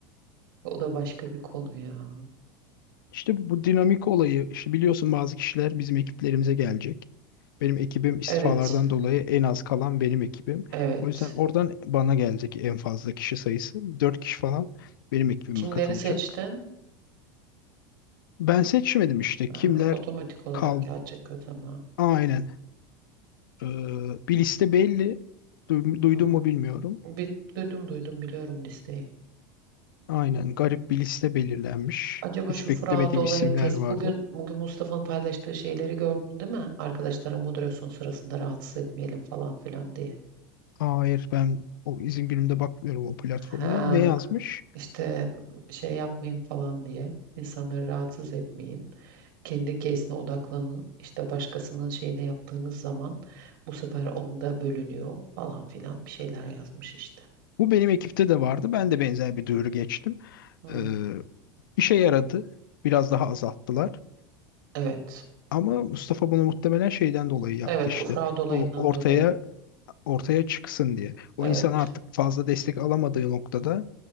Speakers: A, on the right; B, on the left.
A: o da başka bir konu ya
B: İşte bu dinamik olayı, işte biliyorsun bazı kişiler bizim ekiplerimize gelecek. Benim ekibim istifalardan
A: evet
B: dolayı en az kalan benim ekibim.
A: evet
B: O yüzden oradan bana gelecek en fazla kişi sayısı. 4 kişi falan benim ekibime
A: kimleri
B: katılacak.
A: seçtin
B: Ben seçmedim işte
A: Ha,
B: kimler
A: otomatik olarak
B: kal.
A: gelecek o zaman
B: Aynen. Ee, bir liste belli. Duy-
A: Hmm.
B: Duydun mu bilmiyorum.
A: bir duydum duydum biliyorum listeyi
B: Aynen garip bir liste belirlenmiş.
A: Acaba
B: Hiç
A: şu Fırat
B: beklemediğim
A: olayı
B: isimler
A: test.
B: vardı.
A: Bugün bugün Mustafa'nın paylaştığı şeyleri gördün değil mi? Arkadaşlara moderasyon sırasında rahatsız etmeyelim falan filan diye.
B: Hayır ben o izin günümde bakmıyorum o platformaya.
A: Ha
B: Ne yazmış?
A: işte şey yapmayın falan diye. İnsanları rahatsız etmeyin. Kendi case'ine odaklanın. İşte başkasının şeyine yaptığınız zaman bu sefer onu da bölünüyor falan filan bir şeyler yazmış işte.
B: Bu benim ekipte de vardı. Ben de benzer bir duyuru geçtim.
A: Hmm,
B: Ee, işe yaradı. Biraz daha azalttılar.
A: Evet.
B: Ama Mustafa bunu muhtemelen şeyden dolayı yaptı
A: Evet,
B: işte.
A: o Fırat olayından
B: O ortaya
A: dolayı.
B: ortaya çıksın diye. O
A: Evet.
B: insan artık fazla destek alamadığı noktada